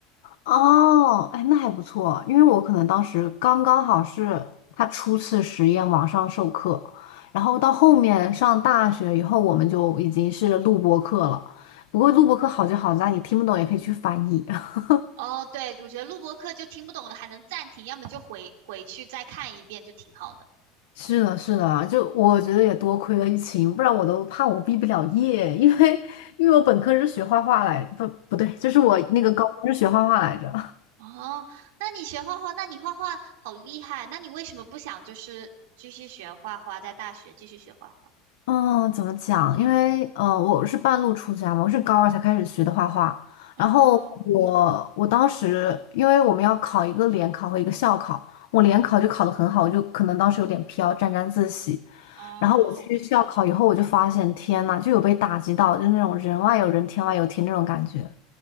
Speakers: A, on the left; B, on the right.
A: 哦，哎，那还不错，因为我可能当时刚刚好是他初次实验网上授课，然后到后面上大学以后，我们就已经是录播课了。不过录播课好就好在你听不懂也可以去翻译。<laughs>
B: 哦，对，我觉得录播课就听不懂的还能暂停，要么就回回去再看一遍，就挺好的。
A: 是的，是的，就我觉得也多亏了疫情，不然我都怕我毕不了业，因为因为我本科是学画画来，不不对，就是我那个高中是学画画来着。
B: 哦，那你学画画，那你画画好厉害，那你为什么不想就是继续学画画，在大学继续学画画？
A: 嗯，怎么讲？因为呃，我是半路出家嘛，我是高二才开始学的画画。
B: 哦
A: 然后我我当时因为我们要考一个联考和一个校考，我联考就考得很好，我就可能当时有点飘，沾沾自喜。
B: 哦，
A: 然后我去校考以后，我就发现天呐，就有被打击到，就是那种人外有人，天外有天那种感觉。